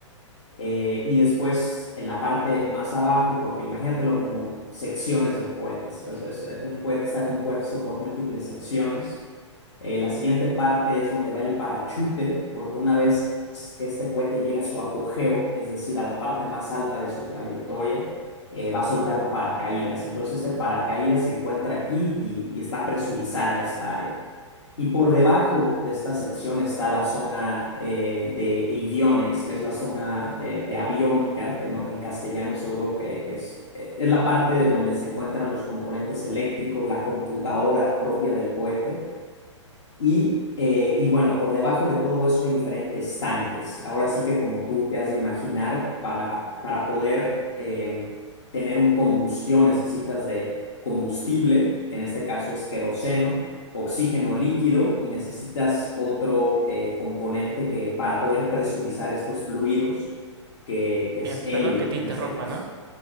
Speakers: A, on the left; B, on the right.
A: Eh, y después en la parte más abajo, porque imagínatelo como secciones de cohetes. O sea, es- eh, un cohete está compuesto por múltiples secciones. Eh, la siguiente parte es donde va el parachute, porque una vez que este cohete llega a su apogeo, es decir, a la parte más alta de su trayectoria, eh, va a soltar un paracaídas. Entonces este paracaídas se encuentra aquí y, y está presurizada esta área. Y por debajo de esta sección está la zona eh, de avionics, que es la zona de, de aviónica, que no, en castellano seguro que, que es, eh, es la parte de donde se encuentran los componentes eléctricos, la computadora propia del cohete. Y, eh, y bueno, por debajo de todo eso hay diferentes tanques. Ahora sí que como tú te has de imaginar, para, para poder eh, tener un combustión necesitas de combustible, que en este caso es queroseno, oxígeno líquido y necesitas otro eh, componente que para poder presurizar estos fluidos, que, que
B: Bien,
A: es helio
B: perdón que te
A: en
B: interrumpa,
A: este caso.
B: ¿no?